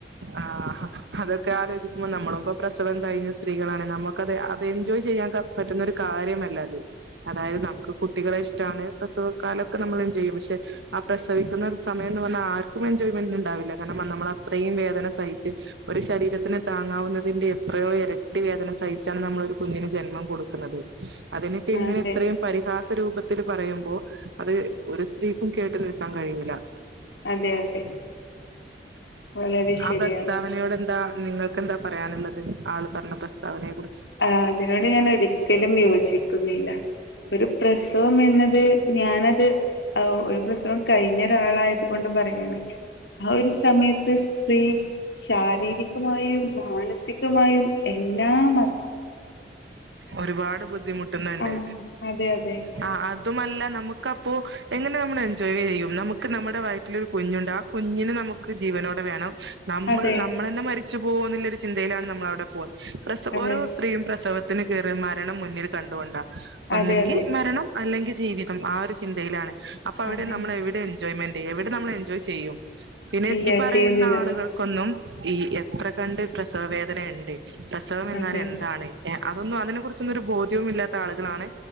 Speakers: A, on the right; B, on the left.
A: ആഹ് അതൊക്കെ ആലോചിക്കുമ്പോ നമ്മളുമ്പ പ്രസവം കഴിഞ്ഞ സ്ത്രീകളാണ് നമുക്കത് അത് എൻജോയ് ചെയ്യാൻ ക പറ്റുന്നരു കാര്യമല്ല അത് അതായത് നമുക്ക് കുട്ടികളെ ഇഷ്ടാണ് പ്രസവകാലൊക്കെ നമ്മൾന്ത് ചെയ്യും പക്ഷെ ആഹ് പ്രസവിക്കുന്ന സമയംന്ന് പറഞ്ഞാൽ ആർക്കും എൻജോയ്മെന്റ്ണ്ടാവില്ല കാരണം നമ്മള അത്രയും വേദന സഹിച്ച് ഒരു ശരീരത്തിന് താങ്ങാവുന്നതിന്റെ എത്രയോ ഇരട്ടി വേദന സഹിച്ചാണ് നമ്മളൊരു കുഞ്ഞിന് ജന്മം കൊടു ക്ക്ന്നത് അതിനൊക്കെ ഇങ്ങനെ
B: അതെ
A: ഇത്രയും പരിഹാസ രൂപത്തിൽ പറയുമ്പോ അത് ഒരു സ്ത്രീക്കും കേട്ട് നിൽക്കാൻ കഴിയിൂല്ല
B: അതെ അതെ വളരെ
A: ആ
B: ശരിയാണ്
A: പ്രസ്താവനയോട് എന്താ നിങ്ങൾക്ക്ന്താ പറയാനുള്ളത് ആള് പറഞ്ഞ പ്രസ്താവനയെ കുറിച്ച്
B: ആഹ് അതിനോട് ഞാൻ ഒരിക്കലും യോജിക്കുന്നില്ല ഒരു പ്രസവം എന്നത് ഞാനത് ഓഹ് ഒരു പ്രസവം കഴിഞ്ഞ ഒരാളായത് കൊണ്ട് പറയണെ ആഹ് ഒരു സമയത്ത് സ്ത്രീ ശാരീരികമായും മാനസികമായും എല്ലാ മ
A: ഒരുപാട് ബുദ്ധിമുട്ടുന്നുണ്ട്
B: ആ അതെ അതെ.
A: ആഹ് അതുമല്ല നമുക്കപ്പോ എങ്ങനെ നമ്മൾ എൻജോയ് ചെയ്യും നമുക്ക് നമ്മുടെ വയറ്റിലൊരു കുഞ്ഞുണ്ടാ കുഞ്ഞിനെ നമുക്ക് ജീവനോടെ വേണം നമ്മൾ
B: അതെ
A: നമ്മളന്നെ മരിച്ചു പോകന്നുള്ളരു ചിന്തയിലാണ് നമ്മൾ അവിടെ പോവ പ്രസവ
B: അതെ
A: ഓരോ സ്ത്രീയും പ്രസവത്തിന് കേറ മരണം മുന്നിൽ കണ്ടോണ്ടാ ഒന്നെങ്കിൽ
B: അതെ അതെ
A: മരണം അല്ലെങ്കിൽ ജീവിതം ആ ഒരു ചിന്തയിലാണ് അപ്പൊ അവിടെ
B: അതെ.
A: നമ്മൾ എവിടെ എൻജോയ്മെന്റ്യ്യും എവിടെ നമ്മൾ എൻജോയ് ചെയ്യും പിന്നെ
B: ഇല്ല
A: ഈ പറയുന്ന
B: ചെയ്യുന്നില്ല.
A: ആളുകൾ ഒന്നും ഈ എത്ര കണ്ട് പ്രസവ വേദന ഉണ്ട് പ്രസവം എന്നാൽ
B: അതെ
A: എന്താണ് ഏഹ് അതൊന്നും അതിനെ കുറിച്ചൊന്നും ഒരു ബോധ്യവും ഇല്ലാത്ത ആളുകളാണ്